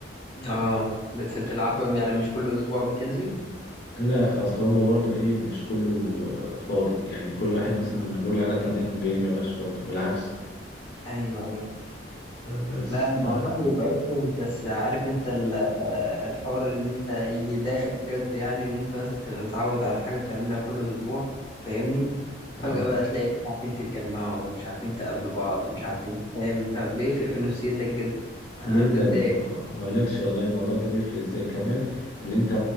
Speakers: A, on the left; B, on the left.
A: اه بس بتلعبها يعني مش كل اسبوع بتنزل
B: لا اصل هو برضو ايه مش كله فاضي يعني كل واحد مثلا
A: مم.
B: لما نقول انا تمام غيري ما يبقاش فاضي والعكس
A: ايوه ايوه
B: بس
A: لا الموضوع
B: طه
A: بيبقى رخم بس عارف انت ال- آه، الحوار ان انت اللي يضايقك بجد يعني ان انت مثلا تبقى متعود على حاجة بتعملها كل اسبوع فاهمني
B: اه
A: فجأة بقى تلاقي مش عارفين تتجمعوا ومش عارفين تقابلوا بعض مش عارفين فاهم فبيفرق في نفسيتك جدا انا
B: جدا
A: بتضايق
B: آه، ما اقولكش والله الموضوع ده بيفرق ازاي كمان اللي انت